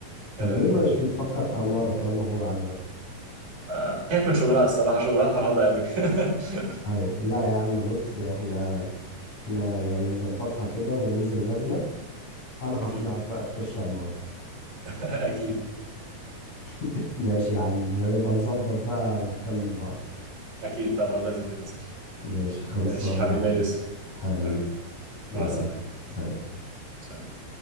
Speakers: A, on the left; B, on the right.
A: طب
B: آه،
A: ليه مش بتفكر في عمارة طالما هو عجبك
B: آه، خايف من شغلها الصراحة شغلها فرهضة قوي <laughs>
A: ايوه لا يا عم بص احنا احنا يعني نظبطها كده وننزل نازلة انا
B: أكيد
A: هقنعك بقى تخش عمارة
B: <laughs> أكيد
A: <laughs> ماشي يا عم بنظبط بقى ونكلم بعض
B: أكيد طبعا لازم ننزل
A: ماشي خلصانة
B: ماشي حبيبي
A: يا عم
B: يا يوسف
A: حبيبي
B: حبيبي
A: يلا
B: مع السلامة
A: سلام
B: سلام.